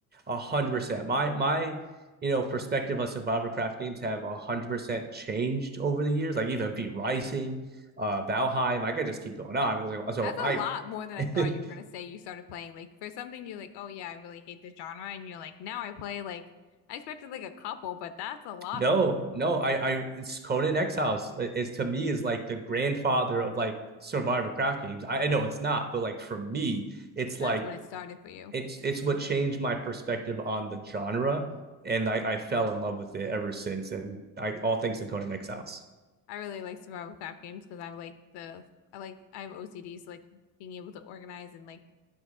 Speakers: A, on the right; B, on the left.
A: a hundred percent. My my you know perspective on survival craft games have a hundred percent changed over the years. Like even V Rising uh Valheim. I could just keep going on. So
B: That's
A: I
B: a lot more than I
A: <laughs>
B: thought you were gonna say you started playing. Like for something you're like, oh yeah, I really hate this genre, and you're like, now I play like I expected like a couple, but that's a lot
A: No,
B: of them.
A: no, I, I, it's Conan Exiles is to me is like the grandfather of like survivor craft games. I, I know it's not, but like for me, it's
B: That's
A: like
B: when it started for you.
A: it's it's what changed my perspective on the genre, and I, I fell in love with it ever since. And I all thanks to Conan Exiles.
B: I really like survival craft games because I like the I like I have OCD, so like being able to organize and like